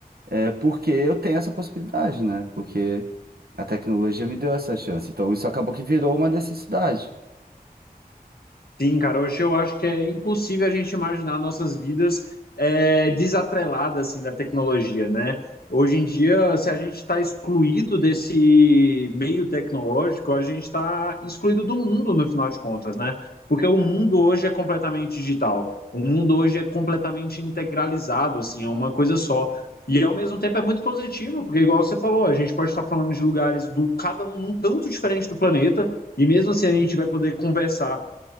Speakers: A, on the right; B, on the left.
A: é porque eu tenho essa possibilidade, né? Porque a tecnologia me deu essa chance. Então isso acabou que virou uma necessidade.
B: Sim, cara, hoje eu acho que é impossível a gente imaginar nossas vidas é, desatreladas assim, da tecnologia, né? Hoje em dia, se a gente está excluído desse meio tecnológico, a gente está excluído do mundo, no final de contas, né? Porque o mundo hoje é completamente digital, o mundo hoje é completamente integralizado, assim, é uma coisa só. E ao mesmo tempo é muito positivo, porque igual você falou, a gente pode estar falando de lugares do cada um num canto diferente do planeta, e mesmo assim a gente vai poder conversar